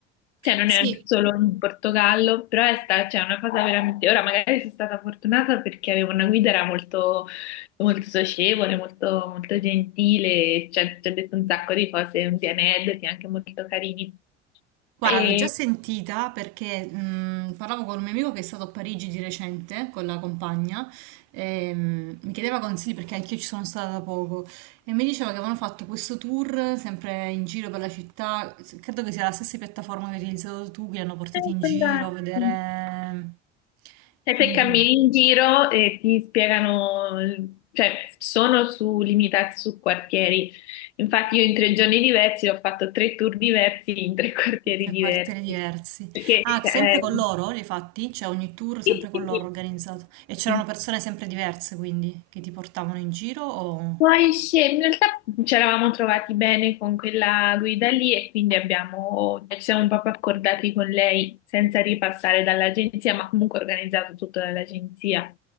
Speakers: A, on the left (about 80°); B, on the right (about 60°).
A: cioè non
B: Sì,
A: è solo in Portogallo, però è sta- cioè, è una cosa veramente, ora magari sono stata fortunata perché avevo una guida, era molto, molto socievole, molto, molto gentile, cioè, ci ha detto un sacco di cose, un di aneddoti anche molto carini.
B: Guarda,
A: E...
B: l'ho già sentita perché mh, parlavo con un mio amico che è stato a Parigi di recente con la compagna e mh, mi chiedeva consigli perché anch'io ci sono stata da poco e mi diceva che avevano fatto questo tour sempre in giro per la città, credo che sia la stessa piattaforma che hai utilizzato tu, che li hanno portati
A: Eh,
B: in
A: sono
B: giro
A: andata.
B: a vedere
A: sì. E
B: quindi
A: te cammini in giro e ti spiegano, il- cioè sono su, limitati su quartieri. Infatti io in tre giorni diversi ho fatto tre tour diversi in tre <laughs> quartieri
B: tre
A: diversi.
B: quartieri diversi.
A: Perché
B: Ah,
A: eh,
B: sempre con loro li hai fatti? Cioè ogni tour sempre
A: sì,
B: con
A: sì,
B: loro organizzato e c'erano
A: sì.
B: persone sempre diverse quindi che ti portavano in giro o...
A: Poi sce- in realtà ci eravamo trovati bene con quella guida lì e quindi abbiamo, ci siamo proprio accordati con lei senza ripassare dall'agenzia, ma comunque organizzato tutto dall'agenzia.